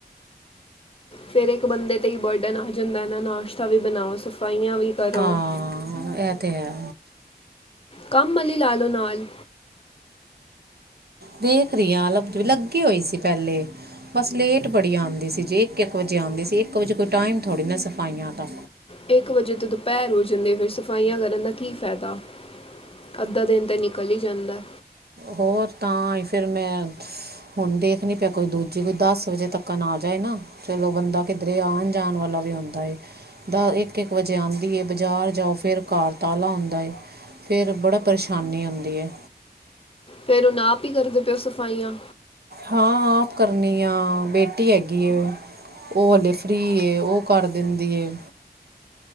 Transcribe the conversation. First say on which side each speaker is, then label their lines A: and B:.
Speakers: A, on the left; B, on the right.
A: ਫੇਰ ਇੱਕ ਬੰਦੇ ਤੇ ਹੀ ਬਰਡਨ ਆ ਜਾਂਦਾ ਨਾ, ਨਾਸ਼ਤਾ ਵੀ ਬਣਾਓ, ਸਫਾਈਆਂ ਵੀ ਕਰੋ
B: ਹਾਂ, ਇਹ ਤੇ ਹੈ।
A: ਕੰਮ ਆਲੀ ਲਾ ਲੋ ਨਾਲ।
B: ਦੇਖ ਰਹੀ ਆਂ, ਲੱਭ ਲੱਗੀ ਹੋਈ ਸੀ ਪਹਿਲੇ। ਬਸ ਲੇਟ ਬੜੀ ਆਂਦੀ ਸੀ, ਜੇ ਇੱਕ-ਇੱਕ ਵਜੇ ਆਂਦੀ ਸੀ, ਇੱਕ ਵਜੇ ਕੋਈ ਟਾਈਮ ਥੋੜ੍ਹੀ ਨਾ ਸਫਾਈਆਂ ਦਾ।
A: ਇੱਕ ਵਜੇ ਤੇ ਦੁਪਹਿਰ ਹੋ ਜਾਂਦੀ ਏ, ਫਿਰ ਸਫਾਈਆਂ ਕਰਨ ਦਾ ਕੀ ਫਾਇਦਾ। ਅੱਧਾ ਦਿਨ ਤਾਂ ਨਿਕਲ ਹੀ ਜਾਂਦਾ।
B: ਹੋਰ ਤਾਂਹੀ ਫਿਰ ਮੈਂ ਹੁਣ ਦੇਖ ਨੀ ਪਿਆ ਕੋਈ ਦੂਜੀ, ਕੋਈ ਦਸ ਵਜੇ ਤੱਕ ਨਾ ਆ ਜਾਏ ਨਾ। ਚਲੋ ਬੰਦਾ ਕਿੱਦਰੇ ਆਣ ਜਾਣ ਵਾਲਾ ਵੀ ਹੁੰਦਾ ਏ। ਦਾ ਇੱਕ-ਇੱਕ ਵਜੇ ਆਂਦੀ ਏ, ਬਜ਼ਾਰ ਜਾਓ ਫਿਰ ਘਰ ਤਾਲਾ ਹੰਦਾ ਏ। ਫਿਰ ਬੜਾ ਪਰੇਸ਼ਾਨੀ ਆਉਂਦੀ ਏ।
A: ਫੇਰ ਹੁਣ ਆਪ ਹੀ ਕਰਦੇ ਪਏ ਓ ਸਫਾਈਆਂ।
B: ਹਾਂ-ਹਾਂ, ਆਪ ਕਰਨੀ ਆ ਬੇਟੀ ਹੈਗੀ ਏ। ਉਹ ਹਲੇ ਫਰੀ ਏ, ਉਹ ਕਰ ਦਿੰਦੀ ਏ।